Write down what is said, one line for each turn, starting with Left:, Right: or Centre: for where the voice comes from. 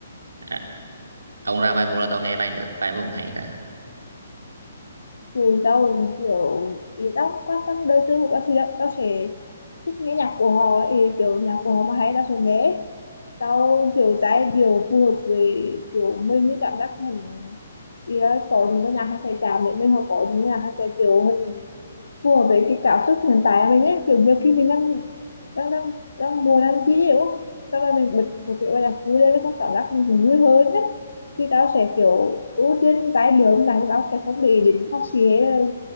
Right: À, ông ra bài mô là tao nghe bài nữa bài mô cũng hay cả
Left: thì tao cũng kiểu thì tao không quan tâm đời tư của các sĩ lắm tao sẽ thích nghe nhạc của họ thì kiểu nhạc của họ mà hay tao sẽ nghe sau kiểu giai điệu phù hợp với kiểu mình cái cảm giác mình ý là có những cái nhạc hay sẽ chạm để mình hoặc có những cái nhạc hay sẽ kiểu mình phù hợp với cái cảm xúc hiện tại của mình ấy kiểu nhiều khi mình đang đang đang đang buồn đang chi nhiều á. sau đó mình bật một cái bài nhạc vui lên xong cảm giác mình cũng vui hơn đấy thì tao sẽ kiểu ưu tiên trái điệu âm nhạc thì tao sẽ không để ý đến phát sĩ hay là